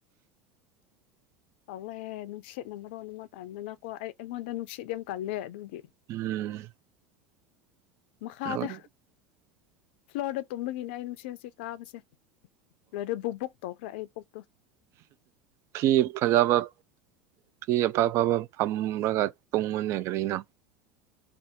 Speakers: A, on the left; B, on the right.
A: ꯇꯜꯂꯦ ꯅꯨꯡꯁꯤꯠꯅ ꯃꯔꯣꯟ ꯑꯃ ꯇꯥꯟꯗꯅꯀꯣ ꯑꯩ ꯑꯩꯉꯣꯟꯗ ꯅꯨꯡꯁꯤꯠ ꯌꯥꯝ ꯀꯜꯂꯦ ꯑꯗꯨꯒꯤ
B: ꯎꯝ
A: ꯃꯈꯥꯗ
B: ꯑꯣ
A: ꯐ꯭ꯂꯣꯔꯗ ꯇꯨꯝꯕꯒꯤꯅꯦ ꯑꯩꯅ ꯅꯨꯡꯁꯤꯠ ꯑꯁꯤ ꯀꯥꯕꯁꯦ ꯂꯣꯏꯔꯦ ꯕꯨꯛ-ꯕꯨꯛ ꯇꯧꯈ꯭ꯔꯦ ꯑꯩ ꯄꯨꯛꯇꯣ
B: ꯐꯤ ꯐꯖꯥꯕ ꯐꯤ ꯑꯐ ꯑꯐꯕ ꯐꯝꯔꯥꯒ ꯇꯨꯝꯃꯨꯅꯦ ꯀꯥꯔꯤꯅꯣ